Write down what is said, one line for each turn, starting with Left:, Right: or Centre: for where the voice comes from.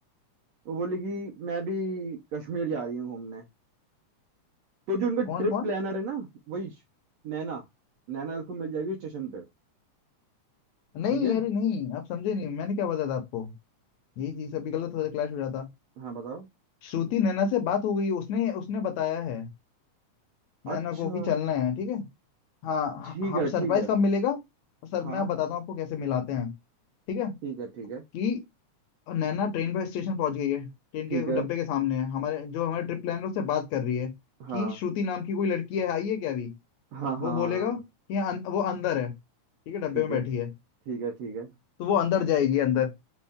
Right: वो बोली कि मैं भी कश्मीर जा रही हूँ घूमने तो जो उनका ट्रिप
Left: कौन कौन
Right: प्लानर है ना वही श- नैना नैना उसको मिल जाएगी स्टेशन पे
Left: नहीं
Right: ठीक है
Left: अरे नहीं आप समझे नहीं मैंने क्या बताया था आपको यही चीज अभी गलत हो जाता क्लैश हो जाता
Right: हाँ बताओ
Left: श्रुति नैना से बात हो गई उसने उसने बताया है नैना
Right: अच्छा
Left: को कि चलना है ठीक है हाँ
Right: ठीक
Left: ह- हम
Right: है
Left: सरप्राइज
Right: ठीक है
Left: कब मिलेगा सर
Right: हाँ
Left: मैं बताता हूँ आपको कैसे मिलाते हैं ठीक है
Right: ठीक है ठीक है
Left: कि और नैना ट्रेन पर स्टेशन पहुंच गई है ट्रेन
Right: ठीक
Left: के
Right: है
Left: डब्बे के सामने है हमारे जो हमारे ट्रिप प्लानर उससे बात कर रही है
Right: हाँ
Left: कि श्रुति नाम की कोई लड़की है आई है क्या अभी
Right: हाँ हाँ
Left: वो बोलेगा कि अं, वो अंदर है ठीक है डब्बे
Right: ठीक
Left: में बैठी
Right: है ठीक
Left: है
Right: ठीक है ठीक है
Left: तो वो अंदर जाएगी अंदर